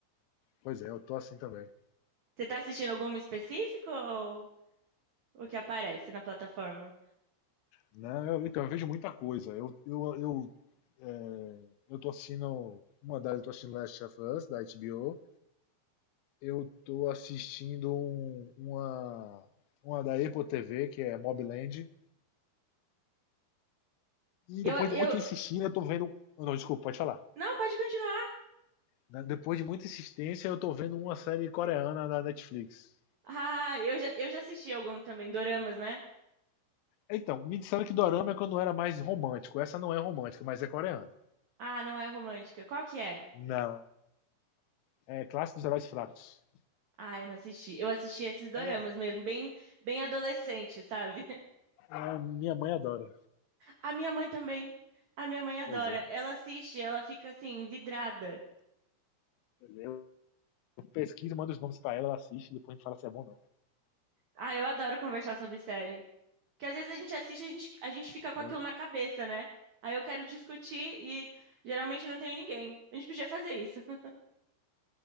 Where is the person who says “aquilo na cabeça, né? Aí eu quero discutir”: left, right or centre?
Right